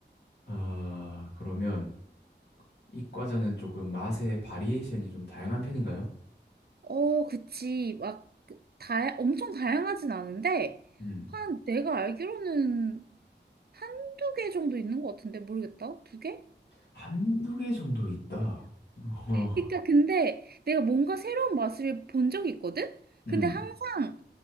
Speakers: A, on the left; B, on the right.
A: 아, 그러면 이 과자는 조금 맛의 바리에이션이 좀 다양한 편인가요?
B: 어, 그치. 막, 그 다, 엄청 다양하진 않은데,
A: 음,
B: 한, 내가 알기로는 한두 개 정도 있는 것 같은데, 모르겠다. 두 개?
A: 한두 개 정도 있다. <laughs> 어,
B: 그러니까 근데 내가 뭔가 새로운 맛을 본 적이 있거든?
A: 음,
B: 근데 항상